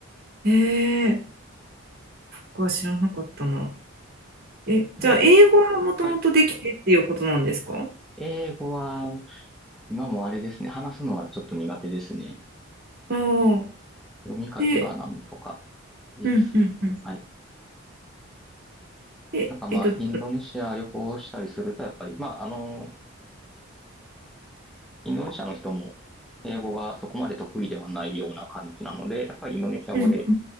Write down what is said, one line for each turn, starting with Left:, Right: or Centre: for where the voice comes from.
Right: ええ僕は知らなかったな。え、
Centre: で、
Right: じゃあ、英語はもともとできてっていうことなんですか
Centre: はい。英語は、今もあれですね。話すのはちょっと苦手ですね。
Right: ああ
Centre: 読み書きはなんとか、
Right: で、
Centre: 感じです。
Right: うんうんうん。
Centre: はい。
Right: で、
Centre: なんかまあ、
Right: えっと、うん
Centre: インドネシア旅行したりすると、やっぱり、まあ、あの、インドネシアの人も、英語がそこまで得意ではないような感じなので、やっぱりインドネシア語で
Right: うん